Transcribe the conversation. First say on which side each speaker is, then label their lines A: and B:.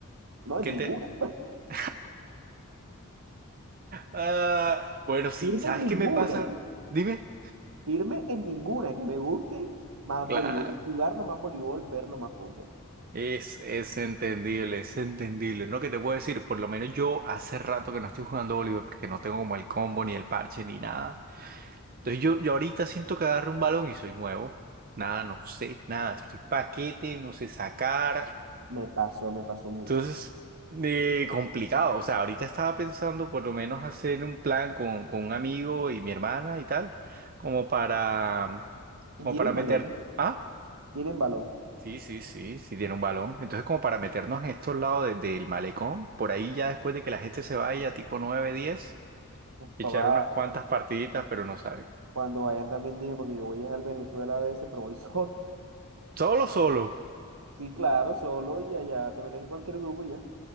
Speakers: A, on the right (about 65°); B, on the right (about 40°).
A: No en
B: ¿Qué
A: ninguna.
B: te, <laughs> Ah, bueno,
A: <laughs>
B: sí,
A: Firme
B: ¿sabes
A: en ninguna.
B: qué me pasa? Dime.
A: Firme en ninguna. Que me guste más
B: Claro,
A: voleibol. Jugarlo más voleibol, verlo más fútbol.
B: es, es entendible, es entendible. No, que te puedo decir, por lo menos yo hace rato que no estoy jugando voleibol porque no tengo como el combo, ni el parche, ni nada. Entonces yo, yo ahorita siento que agarro un balón y soy nuevo. Nada, no sé, nada, estoy paquete, no sé sacar.
A: Me pasó, me pasó mucho.
B: Entonces, eh, complicado. O sea, ahorita estaba pensando por lo menos hacer un plan con, con un amigo y mi hermana y tal, como para, como
A: Y tienen
B: para meter...
A: balón,
B: Ah,
A: tienen balón.
B: sí, sí, sí, sí tiene un balón. Entonces, como para meternos en estos lados de- del malecón, por ahí ya después de que la gente se vaya, tipo 9 10,
A: Uf,
B: echar
A: papá,
B: unas cuantas partiditas, pero no sabe.
A: cuando vayan también dime, porque yo voy a al Venezuela a veces, pero voy solo. <laughs>
B: Solo, solo.
A: Sí, claro, solo y allá te metes en cualquier grupo y ya.